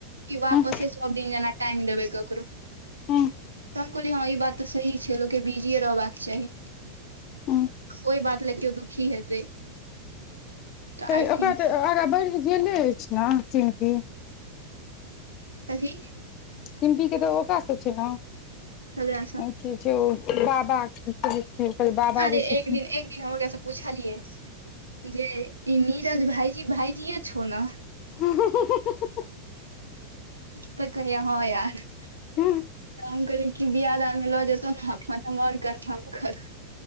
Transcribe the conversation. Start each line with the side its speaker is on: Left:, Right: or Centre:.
Right: क
Left: हूँ
Right: पस सो दिनजना टाइम देबै ककरो
Left: हूँ
Right: तऽ हम कहलियै हँ ई बात तऽ सही छै लोकके बिजीए रहबाक चाही
Left: हूँ
Right: ओहि बात लए केओ दुखी हेतै तऽ
Left: तऽ
Right: आई
Left: ओकरा
Right: थिंक
Left: तऽ आगाँ बढ़ि गेले अछि ने सीमती
Right: कथी
Left: सिम्पी के तऽ ओकास से छै ने
Right: सगले आ
Left: क जे ओ बाबा क कहै छै ओकर बाबा
Right: अरे
Left: जे छथिन
Right: एक दिन एक दिन हमर कैस पूछलियै जे ई नीरज भइजी भइजीे छ ने
Left: हं
Right: तऽ कहैया हँ यार
Left: ह
Right: हम कहलिए कि बियाह दान मऽ लऽ जेतहु नऽ अपन हम आओर कन्फर्म करब <unintelligible>